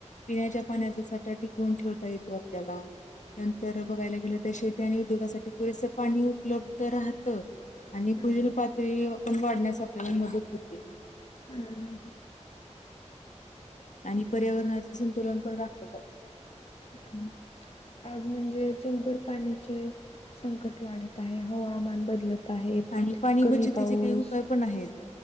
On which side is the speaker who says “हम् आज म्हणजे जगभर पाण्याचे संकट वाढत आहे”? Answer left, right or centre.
Left